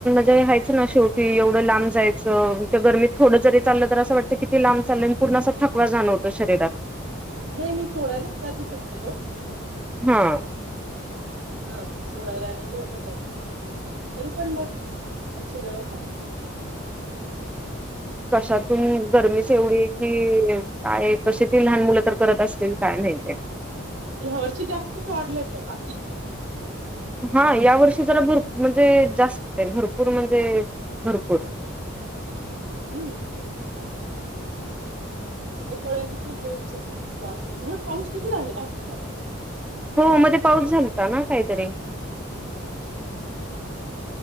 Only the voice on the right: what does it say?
नाही मी सोडायलाच जाते शक्यतो
हा सोडायला आणि घ्यायला जा तरी पण मग उच्छ देवस्थान
ह्या वर्षी जास्तच वाढलंय पण अती
<inaudible>
का कळेली उलट पाऊस किती झालेला आता ना
<inaudible>